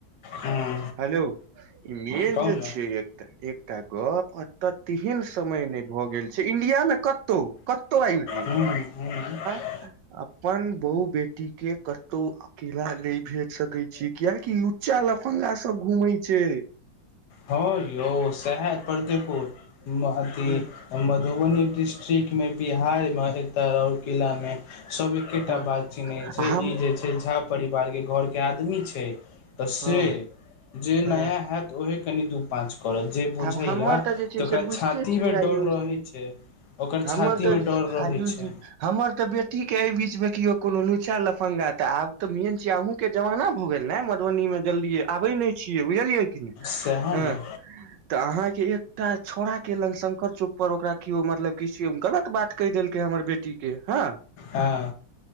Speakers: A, on the left (about 65°); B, on the right (about 75°).
A: हूँ
B: हेलो ई मेन
A: कहू
B: जे
A: ने
B: छै एकटा एकटा गप तऽ तेहन समय ने भए गेल छै इंडिया मे कतहु कतौ आय जे
A: हू हूँ
B: अपन बहु बेटी के कतौ अकेला नहि भेज सकै छी कियकि लुचा लफंगा सब घूमेै छै
A: ह यौ शैहा परर्देपुरथी
B: ह
A: मधुबनी डिस्ट्रिक्टमे बिहारमे एतऽ रौरकिलामे सब एकेटा
B: ह
A: बात चिन्हैत छै
B: हम
A: ई जे छै झा परिवार के घर के आदमी छै तऽ से
B: हँ
A: जे नया
B: हँ
A: होयत ओहे कनि दु पाँच करत जे बुझैया
B: आब हमर जे छै
A: तऽ ओकरा
B: से बुझिते
A: छाती
B: छियै
A: मे
B: आयुष
A: डर रहै
B: जी
A: छै ओकर
B: हमर
A: छाती
B: तऽ
A: मे डर रहैत
B: आयुष
A: छै
B: जी हमर त बेटी के ए बीच में कोनो लुचा लफंगा दरभंगा तऽ आब तऽ मेन छिय अहूँके जमाना भऽ गेल ने मधुबनी मे जल्दी आबे नहि छियै बुझलियै की नहि
A: सेहै ने
B: हँ <unintelligible> तऽ अहाँ के एकटा छौड़ा केेलंग शंकर चौक पर ओकरा केओ मतलब किछ गलत बात कहि देलक हमर बेटी के हँ
A: हँ